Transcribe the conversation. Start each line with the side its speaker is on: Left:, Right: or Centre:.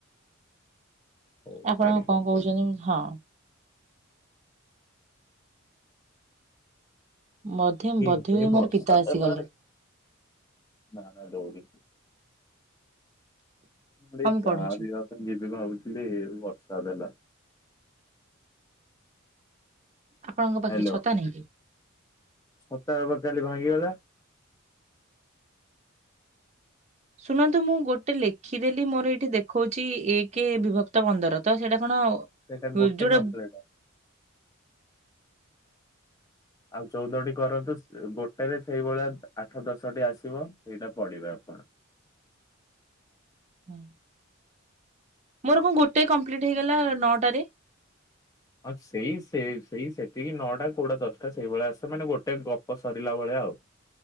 Left: ହଉ
Right: ଆପଣ
Left: ଛାଡି
Right: କଣ
Left: ଦିଅନ୍ତୁ।
Right: କହୁଛନ୍ତି? ହଁ। ବୋଧେ
Left: ଏହେ
Right: ବୋଧେ ହୁଏ
Left: ବର୍ଷା
Right: ମୋର ପିତା ଆସିଗଲେ।
Left: ଦିନରେ, ନା ନା ଦଉନି। ମୁଁ ଟିକେ
Right: ହଁ
Left: ଚାହା
Right: ପଢୁଛି
Left: ପିଇବା ପାଇଁ ଯିବି ଭାବୁଥିଲି ବର୍ଷା ଦେଲା।
Right: ଆପଣଙ୍କ
Left: ହ୍ୟାଲୋ।
Right: ପାଖରେ ଛତା ନାହିଁ?
Left: ଛତା ବା କାଲି ଭାଙ୍ଗିଗଲା।
Right: ଶୁଣନ୍ତୁ ମୁଁ ଗୋଟେ ଲେଖିଦେଲି ମୋର ଏଇଠି ଦେଖଉଛି ଏକ ବିଭକ୍ତ ପନ୍ଦର ତ ସେଇଟା କଣ?
Left: ସେଇଟା ଗୋଟେ
Right: ଯୋଉଟା
Left: କମ୍ପ୍ଲିଟ ଆଉ ଚଉଦଟି କରନ୍ତୁ ଗୋଟେରେ ସେଇଭଳିଆ ଆଠ ଦଶଟି ଆସିବ ସେଇଟା ପଡିବେ ଆପଣ।
Right: ହୁଁ। ମୋର କଣ ଗୋଟେ କମ୍ପ୍ଲିଟ୍ ହେଇଗଲା ନଅଟାରେ?
Left: ହଁ ସେଇ ସେ ସେଇ ସେତିକି ନଅଟା କୋଉଟା ଦଶଟା ସେଇଭଳିଆ ଆସେ ମାନେ ଗୋଟେ ଗପ ସରିଲା ଭଳିଆ ଆଉ।